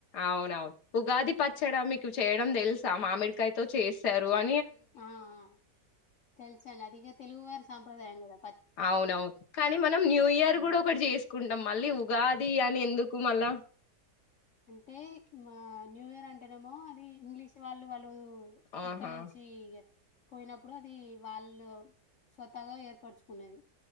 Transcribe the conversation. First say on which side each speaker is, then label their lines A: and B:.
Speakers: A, on the left; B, on the left.
A: అవునవును ఉగాది పచ్చడా మీకు చేయడం తెలుసా మామిడికాయతో చేస్తారు అ
B: ఆ ఆ తెలుసండి అదిగా తెలుగు వారీ సంప్రదాయం గదా
A: అవునవును కానీ మనం న్యూ ఇయర్
B: ఉమ్.
A: కూడా ఒకటి చేసుకుంటాం మళ్ళీ ఉగాది అని ఎందుకు మళ్ళ
B: అంటే న్యూ ఇయర్ అంటేనేమో అది ఇంగ్లీష్ వాళ్ళు వాళ్ళ ఉ
A: ఆహా
B: ఇక్కడ నుంచి చేయ్ పోయినప్పుడు అది వాళ్ళు స్వతగా ఏర్పరచుకున్నది.